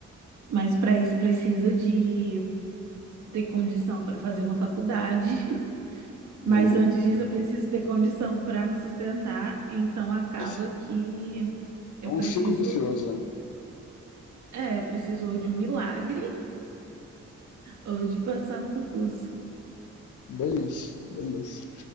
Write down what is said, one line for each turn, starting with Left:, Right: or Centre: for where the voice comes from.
Right: mas para isso precisa de ter condição para fazer uma faculdade. <laughs> Mas
Left: É, não,
Right: antes disso, eu preciso ter condição para me sustentar, então acaba
Left: isso
Right: que
Left: é
Right: eu
Left: um
Right: preciso,
Left: ciclo vicioso, né?
Right: é, eu preciso ou de um milagre ou de passar no concurso.
Left: Bem isso, bem isso.